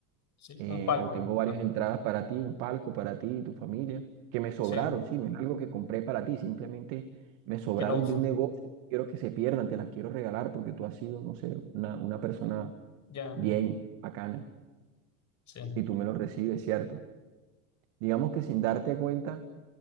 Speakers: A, on the left (about 40°); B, on the right (about 70°).
A: sí,
B: eh,
A: un palco.
B: o tengo varias
A: <laughs>
B: entradas para ti, un palco para ti y tu familia, que me sobraron,
A: Sí,
B: sí, no es algo que compré para ti, simplemente me sobraron
A: que no uso.
B: de un negocio. Quiero que se pierdan, te las quiero regalar porque tú has sido, no sé, una, una persona
A: Ya,
B: bien bacana
A: sí,
B: y tú me lo recibes, ¿cierto? Digamos que sin darte cuenta,